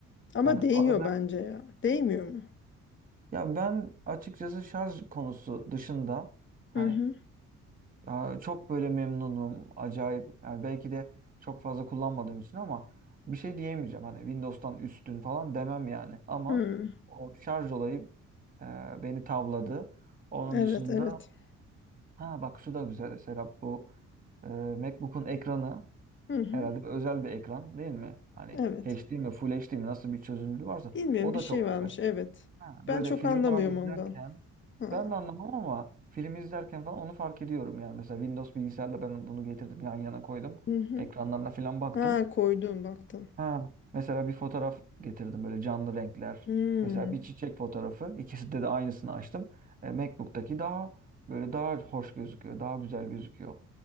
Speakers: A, on the left; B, on the right.
A: Ama
B: Yani
A: değiyor
B: arada
A: bence ya. Değmiyor mu?
B: ya ben açıkçası şarj konusu dışında hani
A: Hı hı.
B: Aa, Çok böyle memnunum. Acayip. Yani belki de çok fazla kullanmadığım için ama bir şey diyemeyeceğim. Hani Windows'tan üstün falan demem yani. Ama
A: Hı.
B: o şarj olayı e, beni tavladı. Onun
A: Evet,
B: dışında
A: evet.
B: ha bak şu da güzel Serap bu e, MacBook'un ekranı
A: Hı hı.
B: herhalde bir özel bir ekran değil mi? Hani
A: Evet.
B: HD mi Full HD mi nasıl bir çözünürlüğü varsa
A: Bilmiyorum
B: o
A: bir
B: da
A: şey
B: çok
A: varmış.
B: güzel.
A: Evet.
B: Ha, böyle
A: Ben çok
B: film
A: anlamıyorum
B: falan izlerken
A: ondan. Ha.
B: ben de anlamam ama film izlerken falan onu fark ediyorum yani. Mesela Windows bilgisayarla ben bunu getirdim yan yana koydum.
A: Hı hı.
B: Ekranlarına falan baktım.
A: Ha koydun baktın.
B: Ha, mesela bir fotoğraf getirdim böyle canlı renkler.
A: Hı.
B: Mesela bir çiçek fotoğrafı ikisinde de aynısını açtım. E, MacBook'taki daha böyle daha hoş gözüküyor, daha güzel gözüküyor.